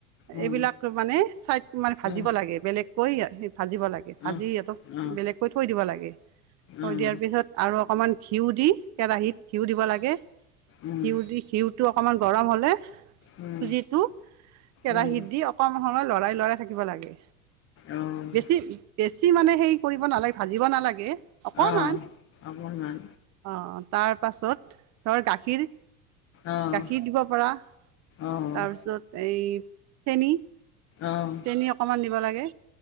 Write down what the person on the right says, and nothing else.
এইবিলাক মানে চাইড মানে ভাজিব
লাগে বেলেগ কৰি অ হেব ভাজিব লাগে
ভাজি সিহতক
বেলেগকৈ থৈ দিব লাগে থৈ
দিয়াৰ পিছত আৰু অকমান ঘিউ দি কেৰাহিত ঘিউ দিব লাগে
ঘিউ দি ঘিউ টো অকমান গৰম হলে
চুজিটো কেৰাহিত
দি অকমান হনাই লৰাই লৰাই থাকিব লাগে
বেছি পেচ বেছি মানে সেই কৰিব নালাগে ভাজিব নালাগে অকণমান
অ তাৰ পাছত ধৰ গাখীৰ
গাখীৰ দিব পৰাৰ
তাৰপিছত এই চেনি
তেনি অকমান দিব লাগে